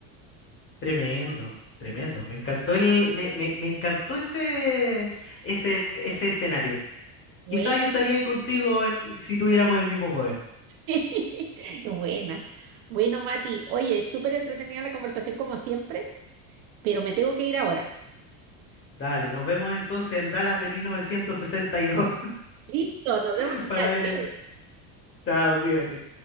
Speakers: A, on the left; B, on the right.
A: tremendo, tremendo. Me encantó el, me, me, me encantó ese, ese, ese escenario.
B: Bue-
A: Quizás yo estaría ahí contigo en, si tuviéramos el mismo poder.
B: <laughs> Buena. Bueno, Mati, oye, súper entretenida la conversación como siempre, pero me tengo que ir ahora.
A: Dale, nos vemos entonces en Dallas de 1962
B: Listo, nos
A: <laughs>
B: vemos allá.
A: para ver el... Chao, cuídate.